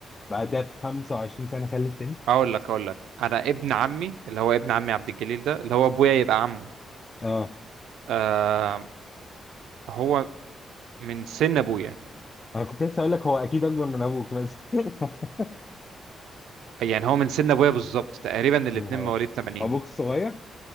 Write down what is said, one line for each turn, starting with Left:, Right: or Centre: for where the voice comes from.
Left: بعدها ب 25 سنة خلف تاني
Right: اقول لك اقول لك انا ابن عمي اللي هو ابن عمي عبد الجليل ده اللي هو ابويا يبقى عمه
Left: اه
Right: آه هو من سن ابويا
Left: انا كنت لسه اقول لك هو اكيد اكبر من ابوك بس <laughs>
Right: يعني هو من سن ابويا بالظبط تقريبا الاتنين
Left: يا نهار
Right: مواليد
Left: ابيض
Right: 80
Left: ابوك الصغير